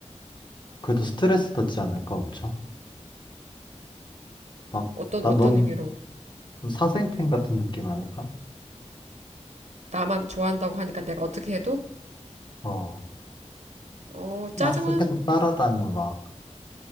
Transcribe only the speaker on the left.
그래도 스트레스 받지 않을까, 엄청? 막,
나,
넌
사생팬 같은 느낌 아닐까?
어,
막
계속 따라다녀, 막.